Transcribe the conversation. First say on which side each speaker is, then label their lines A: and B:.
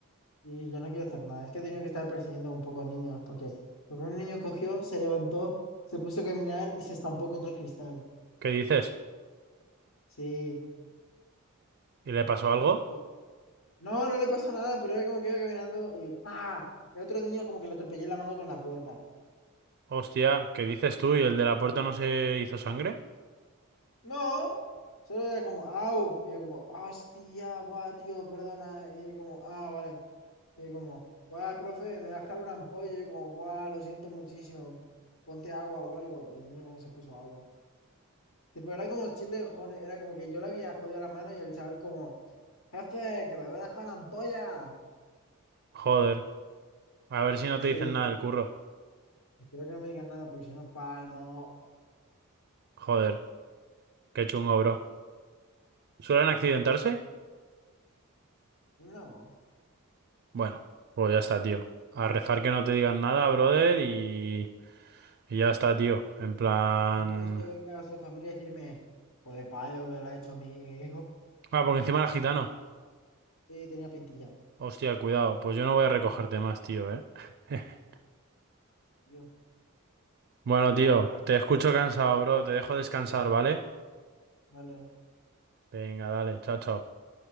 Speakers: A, on the left (about 80°); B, on the right (about 55°).
A: sí, yo no quiero hacer nada. Es que he tenido que estar persiguiendo un poco niños, porque, porque un niño cogió, se levantó, se puso a caminar y se estampó contra el cristal.
B: ¿Qué dices?
A: Sí.
B: ¿Y le pasó algo?
A: O- No, no le pasó nada, pero era como que iba caminando y ¡pa! El otro niño como que le atropellé la mano con la puerta.
B: Hostia, ¿qué dices tú? ¿Y el de la puerta no se hizo sangre?
A: No, solo era como, ¡au! Y yo como, ¡hostia! Buah, tío, perdona. Y él como, ah, vale. Y como, guau, profe, me va a dejar una ampolla. Y yo como, guau, lo siento muchísimo. Ponte agua o algo. Y el niño como se puso agua. Tipo, era como chill de cojones. Era como que yo le había jodido la mano y el chaval como, jefe, que me voy a dejar una ampolla.
B: Joder. A ver si no
A: Sí,
B: te dicen nada del curro.
A: espero que no me digan nada porque si no palmo.
B: Joder, qué chungo, bro. ¿Suelen accidentarse?
A: No,
B: Bueno, pues ya está, tío. A rezar que no te digan nada, brother, y, y ya está, tío. En plan...
A: menos que venga su familia a decirme, pues payo, que lo ha hecho mi hijo.
B: Ah, porque encima era gitano.
A: Sí, tenía pintilla.
B: Hostia, cuidado. Pues yo no voy a recogerte más, tío, ¿eh? <laughs>
A: Y Yo,
B: Bueno, tío, te escucho cansado, bro. Te dejo descansar, ¿vale?
A: vale,
B: Venga, dale. Chao, chao.